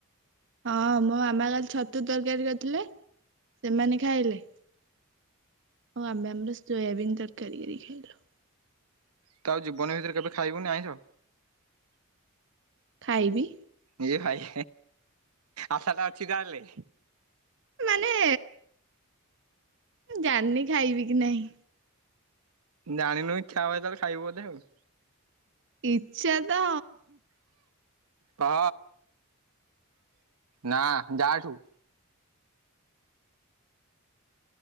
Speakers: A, on the right; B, on the right.
A: ହଁ ମୋ ମାମା କାଲି ଛତୁ ତରକାରୀ କରଥିଲେ। ସେମାନେ ଖାଇଲେ। ଆଉ ଆମେ ଆମର ସୋୟାବିନ ତରକାରୀ କରିକି ଖାଇଲୁ।
B: ତୁ ଆଉ ଜୀବନ ଭିତରେ କେବେ ଖାଇବୁନି ଆଇଁଷ?
A: ଖାଇବି।
B: ଇଏ ଭାଇ ଆଶାଟା ଅଛି ତାହେଲେ।
A: ମାନେ ଜାଣିନି ଖାଇବି କି ନାହିଁ।
B: ଜାଣିନୁ ଖାଆ <unintelligible> ଖାଇବୁ ବୋଧେ ଆଉ।
A: ଇଚ୍ଛା ତ
B: କହ ନା ଯା ଏଠୁ।